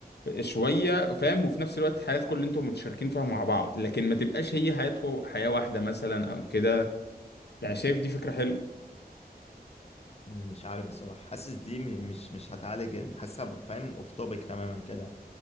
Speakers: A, on the left; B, on the left.
A: شويه فاهم وفي نفس الوقت حياتكم اللي انتم متشاركين فيها مع بعض لكن ما تبقاش هي حياتكم حياه واحده مثلا او كده يعني شايف دي فكره حلوه
B: مش عارف بصراحة حاسس دي م- مش مش هتعالج حاسسها ب- فاهم أوف توبيك تماما كده